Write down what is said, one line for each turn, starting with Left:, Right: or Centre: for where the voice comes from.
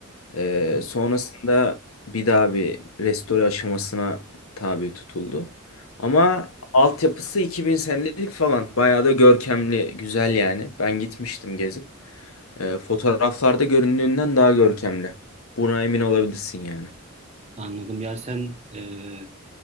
Left: Ee,
Right: Hı.
Left: sonrasında bir daha bir restore aşamasına tabi tutuldu. Ama altyapısı 2000 senelik falan. Bayağı da görkemli, güzel yani. Ben gitmiştim gezip. Ee, fotoğraflarda göründüğünden daha görkemli. Buna emin olabilirsin yani.
Right: Anladım. Ya sen e,